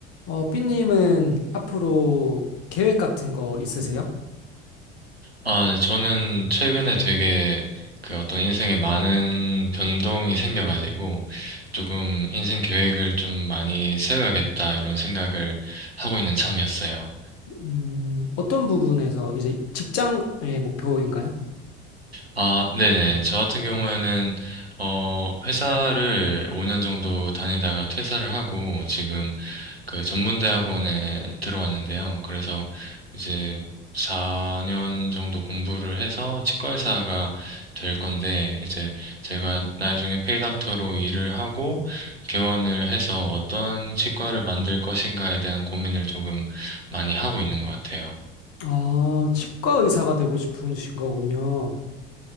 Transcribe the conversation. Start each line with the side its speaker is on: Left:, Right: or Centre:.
Left: 어, 삐님은 앞으로 계획 같은 거 있으세요?
Right: 아, 네, 저는 최근에 되게 그 어떤 인생에 많은 변동이 생겨가지고 조금 인생 계획을 좀 많이 세워야겠다 이런 생각을 하고 있는 참이었어요.
Left: 음, 어떤 부분에서 이제 직장의 목표인가요?
Right: 아, 네네. 저 같은 경우에는 어, 회사를 5년 정도 다니다가 퇴사를 하고 지금 그 전문대학원에 들어왔는데요. 그래서 이제 4년 정도 공부를 해서 치과의사가 될 건데, 이제 제가 나중에 페이닥터로 일을 하고 개원을 해서 어떤 치과를 만들 것인가에 대한 고민을 조금 많이 하고 있는 것 같아요.
Left: 아, 치과 의사가 되고 싶으신 거군요.